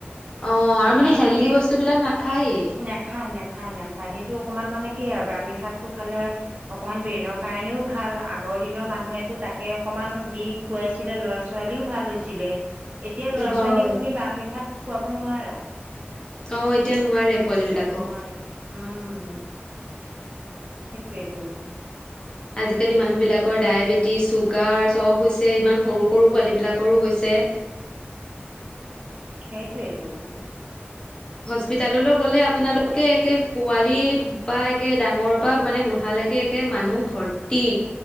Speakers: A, on the left (about 25°); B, on the right (about 45°).
A: অ
B: মানিমুনি
A: আৰু মানে হেল্ডি বস্তু বিলাক নাখায়েই
B: নেখায় নেখায় নেখ খাই সেইটো অকণমান মানে কি আ ব্ৰাহমি শাকটো খালে অকমান ব্ৰেইনৰ কাৰণেও ভাল আগৰ দিনৰ মানুহ এ টো তাকে অকমান দি খুৱাইছিলে ল'ৰা, ছোৱালীও ভাল হৈছিলে। এতিয়া ল'ৰা
A: হয়
B: ছোৱালীক তুমি ব্ৰাহ্মী শাক খোৱাব নোৱাৰা
A: অ এতিয়া নোৱাৰে পোৱালী বিলাকক
B: নোৱাৰে উম সেইটোৱেটো
A: আজিকালি মানুহবিলাক কৰ ডায়েবেটিছ, চুগাৰ, চব হৈছে ইমান সৰু সৰু পোৱালীবিলাকৰো হৈছে।
B: সেটোৱেতো
A: হস্পিতাললৈ গ'লে আপোনালোক কে একে পোৱালি বা একে ডাঙৰৰ পৰা মানে বুঢ়ালৈকে একে মানুহ ভৰ্তি